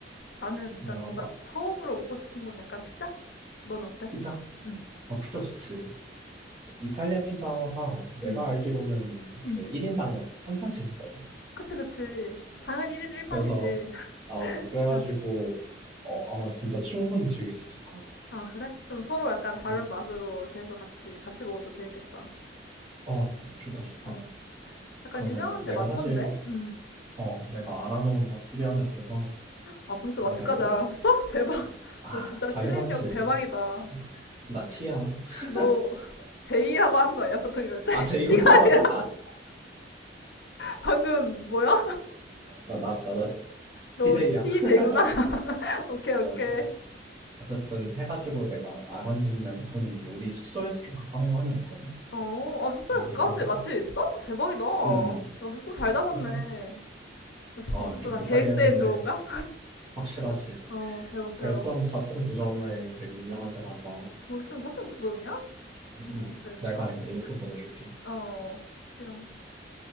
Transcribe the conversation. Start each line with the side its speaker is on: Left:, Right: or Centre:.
Left: 나는 일단
Right: 내가
Left: 뭔가
Right: 막,
Left: 처음으로 먹고 싶은 건 약간 피자? 넌 어때?
Right: 피자?
Left: 응,
Right: 어, 피자 좋지. 이탈리아 피자가 내가
Left: 응,
Right: 알기로는
Left: 응.
Right: 그 1인당 한 판씩 먹거든.
Left: 그치, 그치. 당연히 1인 1판이지.
Right: 그래서, 어, 그래가지고,
Left: <laughs>
Right: 어, 아마 진짜 충분히 즐길 수 있을 거야.
Left: 아, 그래? 그럼 서로 약간 다른
Right: 음,
Left: 맛으로 이렇게 해서 같이, 같이 먹어도 재밌겠다.
Right: 어, 좋다, 좋다.
Left: 응. 약간
Right: 그러면은
Left: 유명한
Right: 내가
Left: 데 많던데?
Right: 사실,
Left: 응.
Right: 어, 내가 알아놓은 맛집이 하나 있어서
Left: 아, 벌써
Right: 내가
Left: 맛집까지
Right: 이거,
Left: 알아봤어? <laughs> 대박.
Right: 아,
Left: 너 진짜
Right: 당연하지.
Left: 실행력 대박이다.
Right: 나 티야. <laughs>
Left: 너 <laughs> 제이라고 하는 거 아니야? 보통 이럴 때?
Right: 아, 쟤이구나,
Left: <laughs>
Right: <laughs> 맞다.
Left: 방금 뭐야?
Right: 아, 나, 나, 나
Left: 너
Right: 제이야
Left: t 이구나
Right: <laughs>
Left: <laughs> 오케이,
Right: 아,
Left: 오케이.
Right: 나 제이 어쨌든 해가지고 내가 알아준 데가 몇 군데 있는데 우리 숙소에서 좀 가까운 거 하나 있거든?
Left: 어, 아, 숙소에
Right: 여기가
Left: 가까운데 맛집 있어? 대박이다. 야,
Right: 응응
Left: 숙소 잘 잡았네.
Right: 일단
Left: 역시
Right: 어,
Left: 이것도
Right: 좀
Left: 다
Right: 비싸긴
Left: 계획된
Right: 했는데
Left: 그건가?
Right: 확실하지.
Left: <laughs> 어, 대박, 대박.
Right: 별점 4.9점에 되게 유명한 데라서
Left: 벌점 4.9점이야?
Right: 응응
Left: 된다.
Right: 내가 이거 링크 보내줄게.
Left: 어, 지금